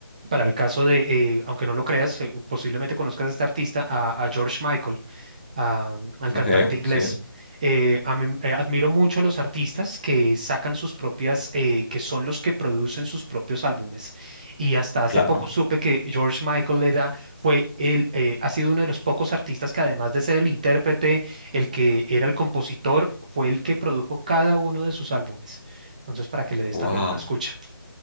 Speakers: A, on the right (about 20°); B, on the left (about 25°).
A: para el caso de, eh, aunque no lo creas, eh, posiblemente conozcas a este artista, a, a George Michael a- al cantante
B: ok,
A: inglés.
B: sí,
A: Eh, a mí- eh, admiro mucho a los artistas que sacan sus propias, eh, que son los que producen sus propios álbumes. Y hasta hace
B: claro.
A: poco supe que George Michael era, fue el, eh, ha sido uno de los pocos artistas que además de ser el intérprete, el que era el compositor, fue el que produjo cada uno de sus álbumes. Entonces, para que le des
B: Wow.
A: también una escucha.